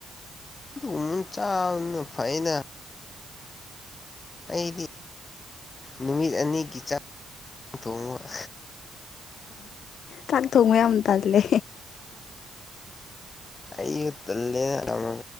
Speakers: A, on the left; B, on the left.
A: ꯃ ꯆꯥꯎꯅ ꯐꯅ ꯑꯩꯗꯤ ꯅꯨꯃꯤꯠ ꯑꯅꯤꯒꯤ ꯆ ꯊꯣꯡꯕ
B: ꯆꯥꯛ ꯊꯣꯡꯕ ꯌꯥꯝ ꯇꯜꯂꯦ
A: ꯑꯩ ꯇꯜꯂꯦꯅꯛ